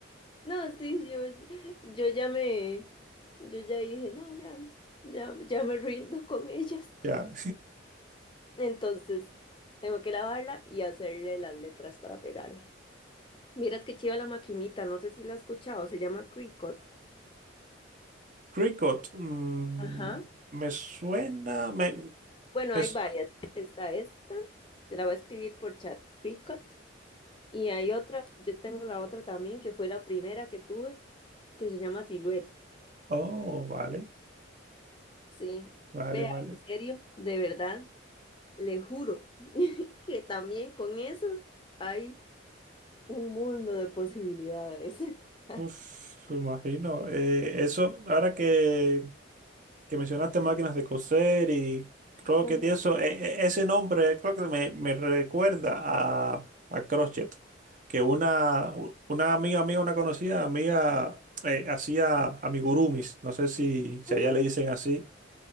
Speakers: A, on the left; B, on the right.
A: no, sí, yo, yo ya me, yo ya dije, no, ya, ya, ya me rindo con ellas. <laughs>
B: Ya.
A: Entonces, tengo que lavarla y hacerle las letras para pegarla. Miras que chiva la maquinita, no sé si la has escuchado, se llama Cricut.
B: <laughs> Cricket, mm,
A: Ajá.
B: me suena. Me, me
A: Bueno,
B: s-
A: hay varias. Está esta, se la voy a escribir por chat Freecot. Y hay otra, yo tengo la otra también, que fue la primera que tuve, que se llama Silhouette.
B: oh, vale,
A: Sí,
B: vale,
A: vea,
B: vale.
A: en serio, de verdad, le juro <laughs> que también con eso hay un mundo de posibilidades. <laughs>
B: Uf, me imagino. eh, eso, ahora que que mencionaste máquinas de coser y croquet
A: Ujú.
B: y eso, e- e- ese nombre creo que me, me recuerda a, a crochet, que una, una amiga mía, una conocida amiga, eh, hacía amigurumis, no sé si, si
A: Mm,
B: allá le dicen así,